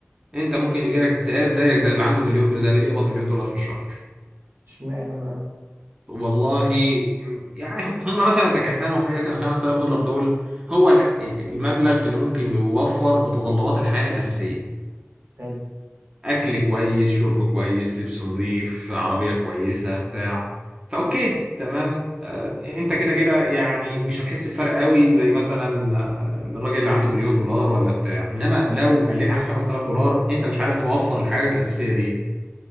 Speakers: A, on the right; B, on the right.
A: انت ممكن يجيلك اكتئاب زيك زي اللي عنده مليون دولار زي اللي بيقبض مليون دولار في الشهر
B: اشمعنى بقى
A: والله م- يعني هم مثلا تكهنوا قال لك ان 5000 دولار دول هو الح- ال- المبلغ اللي ممكن يوفر متطلبات الحياة الأساسية
B: حلو
A: أكل كويس شرب كويس لبس نظيف عربية كويسة بتاع فأوكي تمام آه، أنت كده كده يعني مش هتحس بفرق قوي زي مثلا آه، الراجل اللي عنده مليون دولار ولا بتاع إنما لو قليت عن 5000 دولار أنت مش عارف توفر الحاجات الأساسية دي